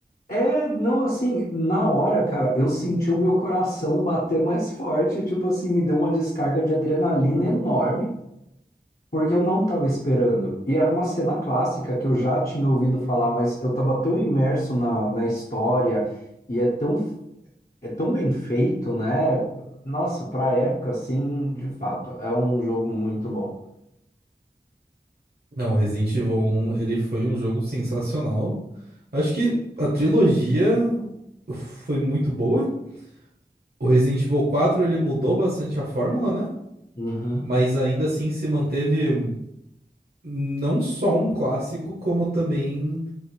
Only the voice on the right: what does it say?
Não, o Resident Evil 1, ele foi um jogo sensacional. Acho que a trilogia foi muito boa. O Resident Evil quatro ele mudou bastante a fórmula, né?
Mas ainda assim se manteve. não só um clássico, como também